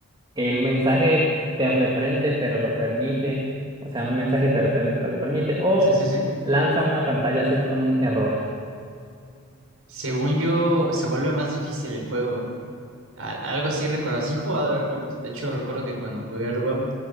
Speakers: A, on the right; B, on the right.
A: el mensaje te reprende pero lo permite, o sea, un mensaje te reprende pero lo permite, o
B: Sí, sí, sí.
A: lanza una pantalla azul con un error.
B: Según yo, se vuelve más difícil el juego. Al- algo así recuerdo. Sí he jugado Airbound. De hecho, recuerdo que cuando jugué Airbound,